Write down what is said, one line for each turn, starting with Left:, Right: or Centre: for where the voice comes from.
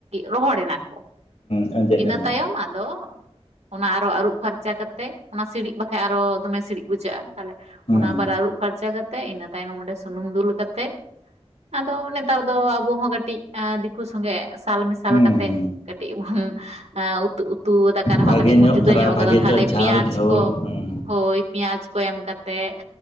Right: ᱨᱚᱦᱚᱲ ᱮᱱᱟᱠᱚ,
Left: ᱟᱸᱡᱮᱫ
Right: ᱤᱱᱟᱹ
Left: ᱮᱱᱟ
Right: ᱛᱟᱭᱚᱢ
Left: ᱟᱨ
Right: ᱟᱫᱚ ᱚᱱᱟ ᱟᱨᱚ ᱟᱹᱨᱩᱵ ᱯᱷᱟᱨᱪᱟ ᱠᱟᱛᱮᱜ ᱚᱱᱟ ᱥᱤᱲᱤᱡ ᱵᱟᱠᱷᱟᱡ ᱟᱨᱚ ᱫᱚᱢᱮ ᱥᱤᱲᱤᱡ ᱵᱩᱡᱷᱟᱹᱜᱼᱟ ᱛᱟᱦᱚᱞᱮ᱾
Left: ᱦᱩᱸ
Right: ᱚᱱᱟ ᱟᱵᱟᱨ ᱟᱹᱨᱩᱵ ᱯᱷᱟᱨᱪᱟ ᱠᱟᱛᱮᱜ ᱤᱱᱟᱹ ᱛᱟᱭᱱᱚᱢ ᱚᱸᱰᱮ ᱥᱩᱱᱩᱢ ᱫᱩᱞ ᱠᱟᱛᱮᱜ ᱟᱫᱚ ᱱᱮᱛᱟᱨ ᱫᱚ ᱟᱵᱚ ᱦᱚᱸ ᱠᱟᱹᱴᱤᱡ ᱮ ᱫᱤᱠᱩ ᱥᱚᱸᱜᱮ ᱥᱟᱞ ᱢᱮᱥᱟᱞ
Left: ᱦᱩᱸ
Right: ᱠᱟᱛᱮᱜ
Left: ᱦᱩᱸ
Right: ᱠᱟᱹᱴᱤᱡ ᱵᱚᱱ ᱩᱛᱩ ᱩᱛ ᱛᱩ ᱫᱟᱠᱟ ᱨᱮᱦᱚᱸ
Left: ᱵᱷᱟᱜᱮ
Right: ᱠᱟᱹᱴᱤᱡ ᱵᱚᱱ ᱡᱩᱫᱟᱹ
Left: ᱯᱷᱨᱟᱭ
Right: ᱧᱚᱜ ᱟᱠᱟᱫᱟ
Left: ᱵᱷᱟᱜᱮ
Right: ᱛᱷᱟᱞᱮ
Left: ᱪᱚ ᱡᱷᱟᱞ
Right: ᱯᱮᱸᱭᱟᱡᱽ
Left: ᱡᱷᱳᱞ
Right: ᱠᱚ
Left: ᱦᱩᱸ
Right: ᱦᱳᱭ ᱯᱮᱸᱭᱟᱡᱽ ᱠᱚ ᱮᱢ ᱠᱟᱛᱮᱜ